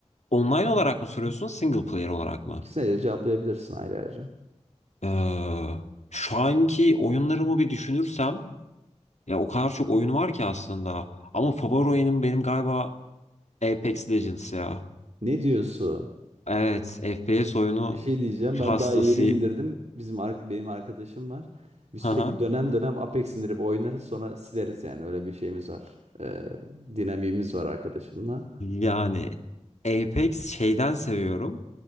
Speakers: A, on the left; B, on the right.
A: Online olarak mı soruyorsun, single player olarak
B: İkisine
A: mı?
B: de cevaplayabilirsin ayrı ayrı.
A: Ee, şu anki oyunlarımı bir düşünürsem ya o kadar çok oyun var ki aslında. Ama favori oyunum benim galiba Apex Legends ya.
B: Ne diyorsun?
A: Evet, FPS oyunu
B: Bir şey diyeceğim. Ben
A: hastasıyım.
B: daha yeni indirdim. Bizim ar- benim arkadaşım var. Biz
A: <laughs>
B: sürekli dönem dönem Apex indirip oynarız. Sonra sileriz yani. Öyle bir şeyimiz var. Ee, dinamiğimiz var arkadaşımla.
A: Yani Apex şeyden seviyorum.